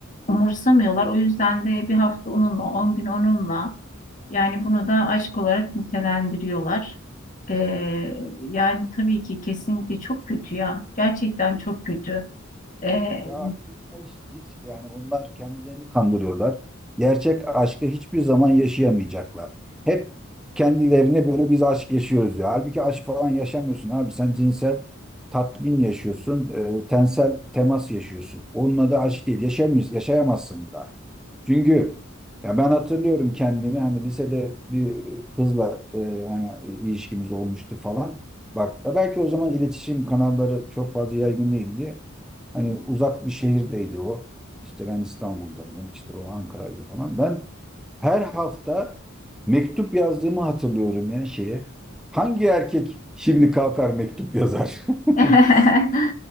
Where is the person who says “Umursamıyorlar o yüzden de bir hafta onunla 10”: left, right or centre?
Left